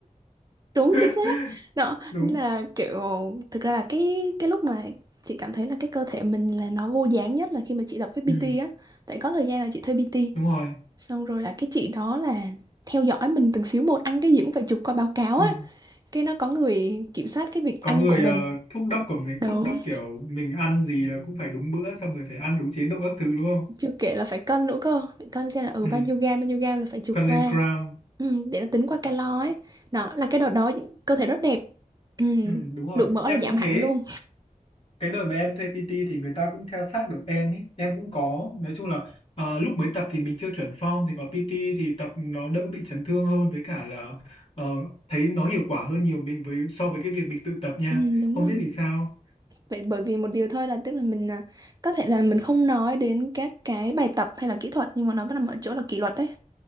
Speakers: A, on the right; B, on the left.
A: đúng
B: <laughs>
A: chính xác đó
B: đúng
A: là kiểu thực ra là cái cái lúc mà chị cảm thấy là cái cơ thể mình là nó vô dáng nhất là khi mà chị tập với
B: ừ,
A: PT á tại có thời gian là chị thuê PT
B: đúng rồi
A: xong rồi là cái chị đó là theo dõi mình từng xíu một ăn cái gì cũng phải chụp qua báo cáo
B: ừ.
A: á cái nó có người kiểm soát cái việc
B: có
A: ăn
B: người
A: của mình
B: ờ, thúc đốc của mình
A: đúng
B: thúc đốc kiểu mình ăn gì là cũng phải đúng bữa xong rồi phải ăn đúng chế độ các thứ đúng không
A: chưa kể là phải cân nữa cơ phải cân xem là ừ
B: ừ.
A: bao nhiêu gam bao nhiêu gam là phải chụp
B: cân
A: qua
B: lên gram
A: ừ, để nó tính qua calo ấy đó là cái đợt đó cơ thể rất đẹp ừ,
B: ừ, đúng rồi
A: lượng mỡ
B: em
A: là
B: cũng
A: giảm hẳn
B: thế
A: luôn
B: cái đợt mà em thuê PT thì người ta cũng theo sát được em ý em cũng có nói chung là ờ, lúc mới tập thì mình chưa chuẩn form thì có PT thì tập nó đỡ bị chấn thương hơn với cả là ờ, thấy nó hiệu quả hơn nhiều mình với so với cái việc mình tự tập nha
A: ừ, đúng
B: không
A: rồi
B: biết vì sao
A: Vậy bởi vì một điều thôi là tức là mình à, có thể là mình không nói đến các cái bài tập hay là kỹ thuật nhưng mà nó vẫn nằm ở chỗ là kỷ luật đấy.